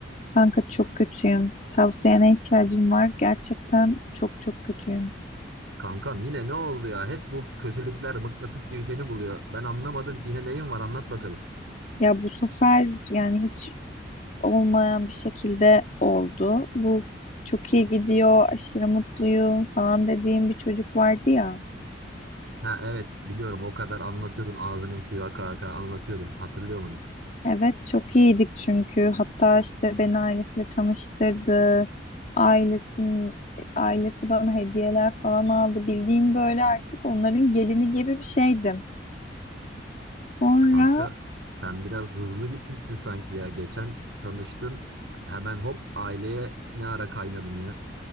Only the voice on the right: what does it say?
Kankam yine ne oldu ya? Hep bu kötülükler mıknatıs gibi seni buluyor. Ben anlamadım ki yine neyin var anlat bakalım.
Ha evet biliyorum o kadar anlatıyordun ağzının suyu aka aka anlatıyordun. Hatırlıyorum onu.
Kanka sen biraz hızlı gitmişsin sanki ya. Geçen tanıştın hemen hop aileye ne ara kaynadın ya.